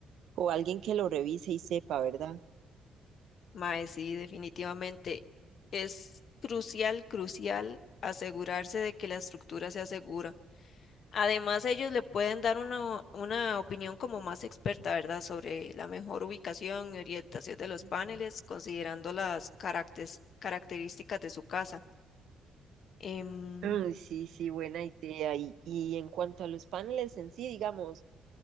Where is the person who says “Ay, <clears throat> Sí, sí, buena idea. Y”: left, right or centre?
Right